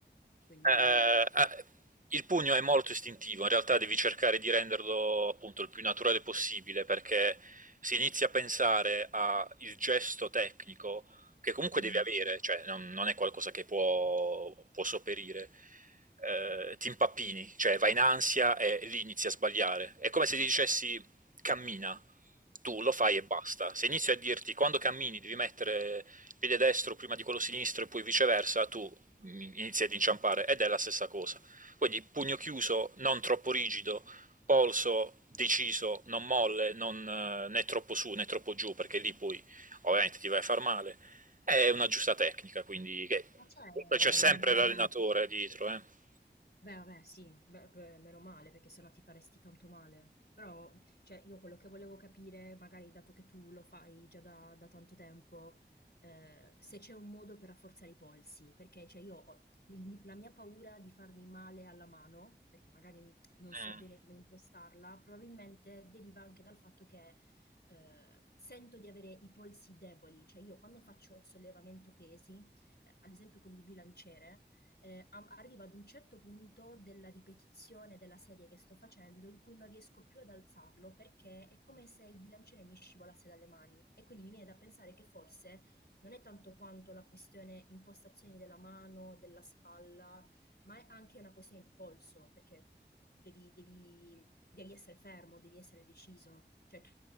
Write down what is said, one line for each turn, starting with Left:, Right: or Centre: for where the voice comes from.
Left: Quindi
Right: Eh, ah, il pugno è molto istintivo, in realtà devi cercare di renderlo appunto il più naturale possibile perché si inizia a pensare al gesto tecnico che comunque
Left: mh-mh.
Right: devi avere, cioè non, non è qualcosa che può, può sopperire. Eh, ti impappini, cioè vai in ansia e lì inizi a sbagliare. È come se ti dicessi cammina, tu lo fai e basta. Se inizio a dirti quando cammini devi mettere il piede destro prima di quello sinistro e poi viceversa, tu inizia ad inciampare ed è la stessa cosa. Quindi pugno chiuso, non troppo rigido, polso deciso, non molle, non, eh, né troppo su né troppo giù, perché lì poi ovviamente ti vai a far male. È una giusta tecnica, quindi che-
Left: Ma c'è
Right: c'è
Left: un
Right: sempre
Left: modo
Right: l'allenatore dietro. eh.
Left: Beh, vabbè sì, beh beh, meno male perché se no ti faresti tanto male. Però, cioè io quello che volevo capire, magari dato che tu lo fai già da da tanto tempo, ehm, se c'è un modo per rafforzare i polsi, perché cioè io ho il la mia paura di farmi male alla mano, perché magari non
Right: Mm.
Left: so bene come impostarla, probabilmente deriva anche dal fatto che, ehm, sento di avere i polsi deboli. Cioè io quando faccio sollevamento pesi, ehm, ad esempio con il bilanciere, eh, am- arrivo ad un certo punto della ripetizione della serie che sto facendo in cui non riesco più ad alzarlo perché è come se il bilanciere mi scivolasse dalle mani e quindi mi viene da pensare che forse non è tanto quanto la questione impostazioni della mano, della spalla, ma è anche una questione di polso, perché devi, devi- devi essere fermo, devi essere deciso. Cioè, tu